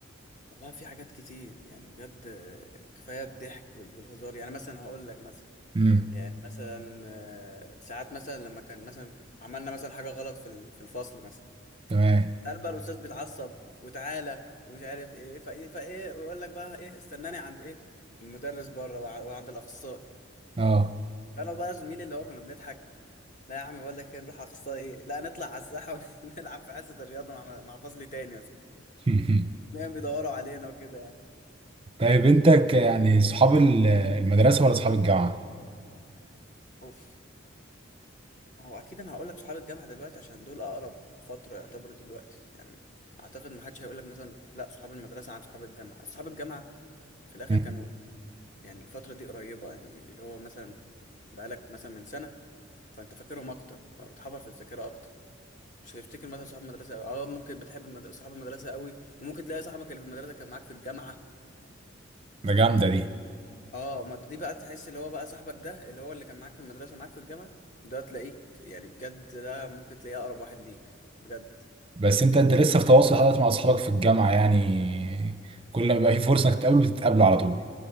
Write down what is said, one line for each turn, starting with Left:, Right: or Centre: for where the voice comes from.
Left: والله في حاجات كتير يعني بجد آه، كفايه الضحك وال- والهزار يعني مثلا هقول لك مثلا
Right: امم
Left: يعني مثلا آه، ساعات مثلا لما كان مثلا عملنا مثلا حاجه غلط في ال- في الفصل مثلا
Right: تمام
Left: فتعالى بقى الاستاذ بيتعصب وتعالى ومش عارف ايه فايه فايه ويقول لك بقى ايه استناني عند ايه المدرس بره بقى وعند الاخصائي
Right: اه
Left: فانا بقى زميلي اللي هو كنا بنضحك لا يا عم بقول لك ايه نروح اخصائي ايه لا نطلع على الساحه ونلعب <laughs> في حصه الرياضه مع مع فصل تاني مثلا
Right: <laughs>
Left: دايما بيدوروا علينا وكده يعني
Right: طيب انت ك- يعني صحاب ال- المدرسة ولا صحاب الجامعة
Left: اوف هو اكيد انا هقول لك صحاب الجامعه دلوقتي عشان دول اقرب فتره يعتبر دلوقتي يعني اعتقد ما حدش هيقول لك مثلا لا صحاب المدرسه عن صحاب الجامعه صحاب الجامعه في الاخر
Right: مم.
Left: كانوا يعني الفترة دي قريبة يعني اللي هو مثلا بقالك مثلا من سنة فأنت فاكرهم أكتر أو بتحفر في الذاكرة أكتر مش هتفتكر مثلا صحاب المدرسة أوي أه ممكن بتحب المد... صحاب المدرسة أوي وممكن تلاقي صاحبك اللي في المدرسة كان معاك في الجامعة
Right: ده جامدة دي
Left: أه ما دي بقى تحس اللي هو بقى صاحبك ده اللي هو اللي كان معاك في المدرسة ومعاك في الجامعة ده تلاقيك يعني بجد ده ممكن تلاقيه أقرب واحد ليك بجد
Right: بس انت انت لسه في تواصل حضرتك مع اصحابك في الجامعة يعني كل ما يبقى في فرصة انك تقابله بتتقابله على طول